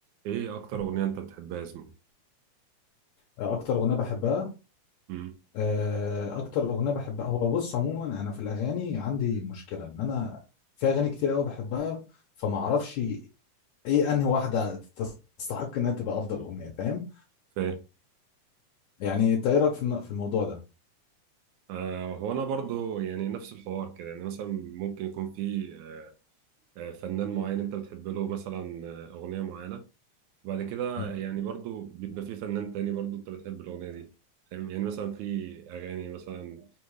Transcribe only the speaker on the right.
ايه اكتر اغنيه انت بتحبها يا زميلي
امم
فاهم
آه هو انا برضو يعني نفس الحوار كده يعني مثلا ممكن يكون في آه، فنان معين انت بتحب له مثلا آه، اغنيه معينه وبعد كده
يعني برضو بيبقى في فنان تاني برضو انت بتحب الاغنيه دي فاهم يعني مثلا في اغاني مثلا